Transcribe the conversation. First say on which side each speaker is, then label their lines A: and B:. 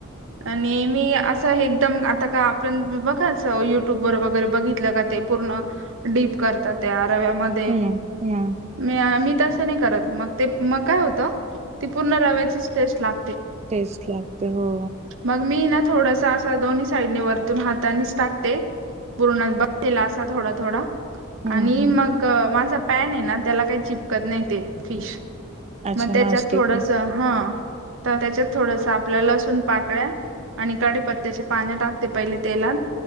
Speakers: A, on the right; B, on the right.
A: आणि मी असं एकदम आता का आपण बघायच, युट्यूब वर वगैरे बघितलं का ते पूर्ण डीप करता त्या रव्यामध्ये.
B: हम्म हम्म
A: मी अ मी तसं नाही करत. मग ते मग काय होत, ती पूर्ण रव्याची टेस्ट लाग
B: टेस्ट लागते, हो.
A: मग मी ना थोडसा अस, दोन्ही साईडने वरतून हातानीच टाकते. पूर्ण <unintelligible> दिलासा थोडा-थोडा.
B: हम्म
A: आणि
B: हम्म
A: मग माझा पॅन आहे ना, त्याला काही चिपकत नाही ते, फिश.
B: अच्छा
A: मग त्याच्यात
B: नॉनस्टिक
A: थोडस,
B: आहे
A: हा, त्याच्यात थोडस आपल्या लसुन पाकळ्या आणि काढी पत्त्याचे पाने टाकते पहिले तेलात,